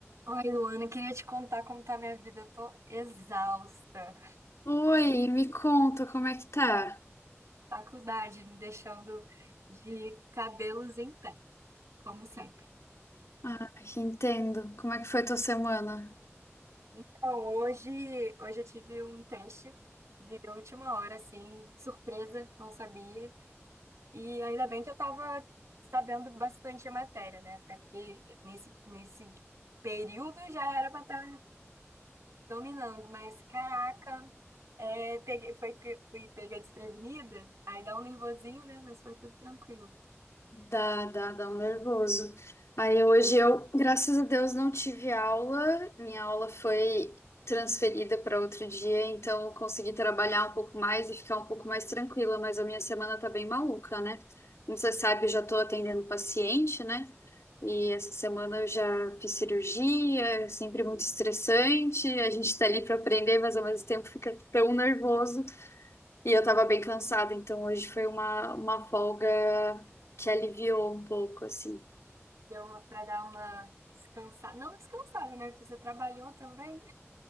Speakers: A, on the right (about 85°); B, on the left (about 65°).
A: Oi, Luana, queria te contar como tá a minha vida. Eu tô exausta.
B: Oi, me conta como é que tá?
A: Faculdade me deixando de cabelos em pé, como sempre.
B: Ah, entendo. Como é que foi tua semana?
A: Então, hoje, hoje eu tive um teste de última hora, assim, surpresa, não sabia. E ainda bem que eu tava sabendo bastante a matéria, né? Até porque nesse, nesse período já era pra estar dominando, mas caraca, é, peguei, foi, pe- fui pega desprevenida, aí dá um nervosinho, né? Mas foi tudo tranquilo.
B: Dá, dá, dá um nervoso. Aí hoje eu, graças a Deus, não tive aula. Minha aula foi transferida para outro dia, então eu consegui trabalhar um pouco mais e ficar um pouco mais tranquila, mas a minha semana tá bem maluca, né? Como você sabe, eu já tô atendendo paciente, né? E essa semana eu já fiz cirurgia, é sempre muito estressante. A gente tá ali para aprender, mas ao mesmo tempo fica tão nervoso. E eu tava bem cansada, então hoje foi uma, uma folga que aliviou um pouco, assim.
A: Deu uma, pra dar uma descansada, não descansada, né? Porque você trabalhou também,